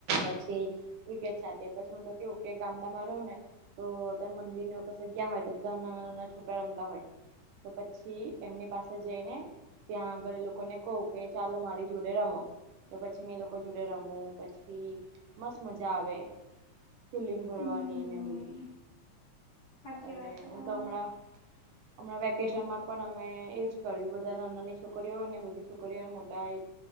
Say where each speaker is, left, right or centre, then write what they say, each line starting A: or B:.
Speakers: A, on the right (about 80°); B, on the left (about 45°).
A: પછી. ક્રિકેટ સાથે પછી, હું તો કેવું કે, ગામડામાં રહું ને. તો તં મંદિર ને કસ ગયા હોય, તો ત્યાં નાના-નાના છોકરા રમતા હોય. તો પછી એમની પાસે જઈને, ત્યાં આગળ લોકોને ક કે ચાલો, મારી જોડે રમો, તો પછી મેં લોકો જોડે રમું પછી. મસ્ત, મજા આવે, ફીલિંગ ભરવાની
B: હમ
A: ને બધું.
B: સાચી
A: અને
B: વાત છે
A: હું
B: તમારી
A: ત હમણાં. હમણાં વેકેશન માં પણ અમે એજ કર્યું, બધા ના નાની છોકરીઓ અને બધી છોકરીઓ મોટા એ